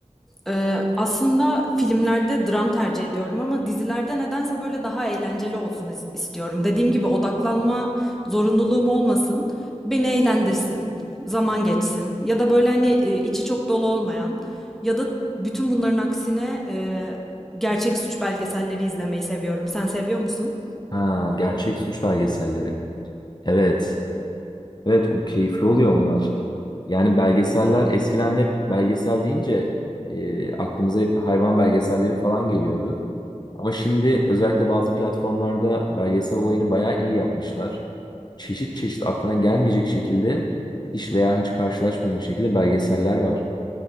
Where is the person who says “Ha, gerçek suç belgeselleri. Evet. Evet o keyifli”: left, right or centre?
Left